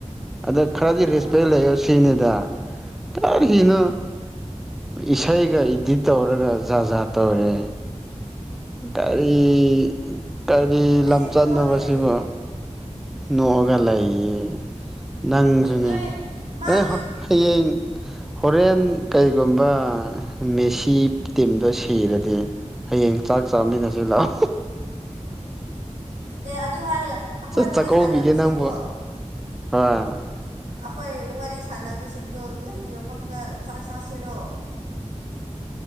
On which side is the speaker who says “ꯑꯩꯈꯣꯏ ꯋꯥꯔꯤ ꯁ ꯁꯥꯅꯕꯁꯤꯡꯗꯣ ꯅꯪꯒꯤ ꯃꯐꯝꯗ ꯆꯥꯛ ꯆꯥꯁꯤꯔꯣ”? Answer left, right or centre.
Right